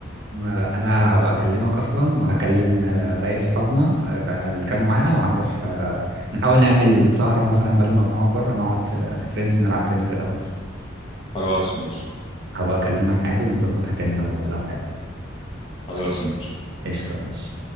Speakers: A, on the right (about 60°); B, on the left (about 25°).
A: ما- انا هبقى اكلمك اصلا وهكلم آه، باقي اصحابنا آه، اللي كانوا معانا وهنروح آه، نحاول نعمل سهرة مثلا بدل ما بنقعد بره نقعد آه، في فريندز نلعب تاني زي الاول
B: خلاص ماشي
A: هبقى اكلمك عادي ونظبطها تاني لو لو حابب
B: خلاص ماشي
A: قشطة ماشي